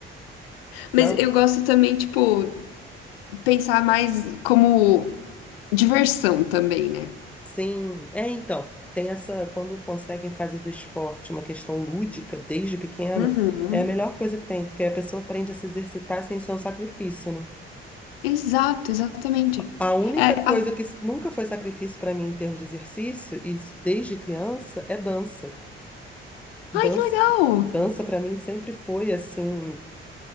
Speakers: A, on the left; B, in the centre.
A: Mas
B: Não?
A: eu gosto também, tipo, pensar mais como diversão também, né?
B: Sim. É, então, tem essa, quando conseguem fazer do esporte uma questão lúdica desde pequeno,
A: Uhum.
B: é a melhor coisa que tem, porque a pessoa aprende a se exercitar sem ser um sacrifício, né?
A: Exato, exatamente.
B: A única
A: É,
B: coisa
A: a-
B: que nunca foi sacrifício para mim em termos de exercício, e isso desde criança, é dança. Dança,
A: Ai, que legal!
B: dança para mim sempre foi assim